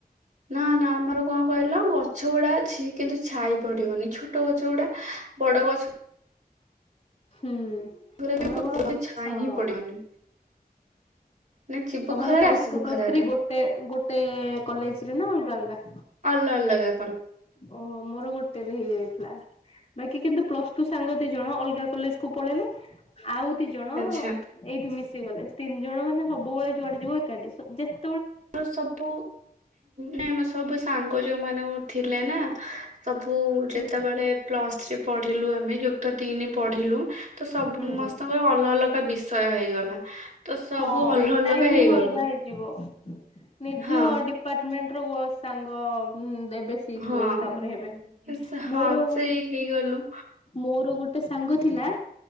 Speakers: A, on the right (about 50°); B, on the left (about 35°).
A: ନା ନା ଆମର କଣ କହିଲ ଗଛ ଗୁଡ଼ା ଅଛି କିନ୍ତୁ ଛାଇ ପଡି଼ବନି ଛୋଟ ଗଛ ଗୁଡ଼ା। ବଡ଼ ଗଛ।
B: ହୁଁ
A: ଉପରେ
B: ତମର କଣ
A: ଛାଇ
B: ହଁ।
A: ହିଁ ପଡିବନି ନା ଯିବୁ
B: ତମର
A: ଖରାରେ
B: ପ୍ଲସ୍
A: ଆସିବୁ
B: ଟୁ ପ୍ଲସ୍
A: ଖରାରେ
B: ଥ୍ରୀ ଗୋଟେ ଗୋଟେ କଲେଜ ରେ ନା ଅଲଗା ଅଲଗା?
A: ନନଗା
B: ଓହୋ ମୋର ଗୋଟେ ଟେକି ହେଇଯାଇଥିଲା ବାକି କିନ୍ତୁ ପ୍ଲସ ଟୁ ସାଙ୍ଗ ଦି ଜଣ ଅଲଗା କଲେଜ କୁ ପଳେଇଲେ ଆଉ ଦି ଜଣ
A: ଆଚ୍ଛା
B: ଏଇଠି ମିଶିଗଲେ ତିନି ଜଣ ମାନେ ସବୁବେଳେ ଯୁଆଡେ ଯିବ ଏକାଠି ଯେତ୍
A: ମୋର ସବୁ ନାଇଁ ସବୁ ସାଙ୍ଗ ଯୋଉ ମାନ ଥିଲେ ନା ସବୁ ଯେତେବେଳେ
B: ହୁଁ
A: ପ୍ଲସ୍ ଥ୍ରୀ ପଢିଲୁ ଆମେ ଯୁକ୍ତ ତିନି ପଢିଲୁ। ତ ସବୁ
B: ହୁଁ
A: ମସ୍ତଙ୍କର ଅଲଗା ଅଲଗା ବିଷୟ ହେଇଗଲା। ତ ସବୁ
B: ହଁ
A: ଅଲଗା ଅଲଗା
B: ଟାଇମିଂ
A: ହେଇଗଲୁ।
B: ଅଲଗା ହେଇ ଇବ ନିଜ
A: ହଁ
B: ଡିପାର୍ଟମେଣ୍ଟ ର ସାଙ୍ଗ ବ ବେ ସେ
A: ହଁ
B: କ୍ଲୋସ ତାପରେ ହେବେ
A: ସେ- ହଁ
B: ମୋର
A: ସେଇ ହେଇଗଲୁ
B: ମୋର ଗୋଟେ ଗୋଟେ ସାଙ୍ଗ ଥିଲା